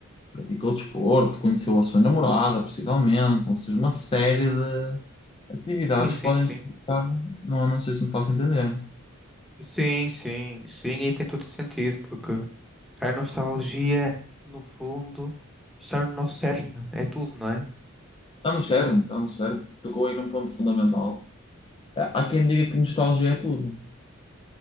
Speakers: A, on the left; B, in the centre.
A: praticou desporto, conheceu a sua namorada, possivelmente. Ou seja, uma série de atividades
B: Sim, sim,
A: que podem
B: sim.
A: justificar. Não, não sei se me faço entender.
B: Sim, sim, sim, e tem todo sentido, porque a nostalgia, no fundo, está no nosso cerne, é tudo, não é?
A: Está no cerne, está no cerne. Tocou aí num ponto fundamental. É, Há quem diga que nostalgia é tudo.